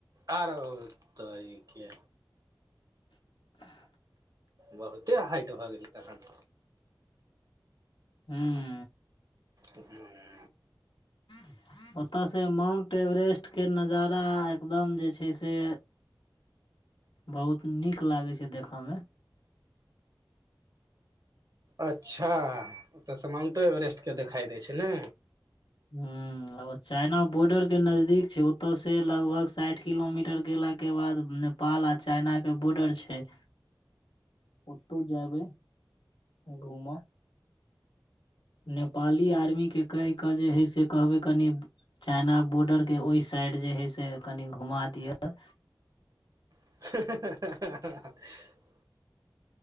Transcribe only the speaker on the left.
<inaudible>
हुँ
<inaudible> ओतऽ से माउंट एवरेस्ट के नजारा एकदम जे छै से बहुत नीक लागै छै देखऽ मे
हुँ लव चाइना बॉर्डर के नजदीक छै ओतऽ से लगभग साइठ किलोमीटर गेलाके बाद ने पाल आ चाइना के बॉर्डर छै ओतौ जेबै घूमऽ नेपाली आर्मी के कैह कऽ जे हइ से कहबै कनी चाइना बॉर्डर के ओय साइड जे हय से कनि घुमा दिअ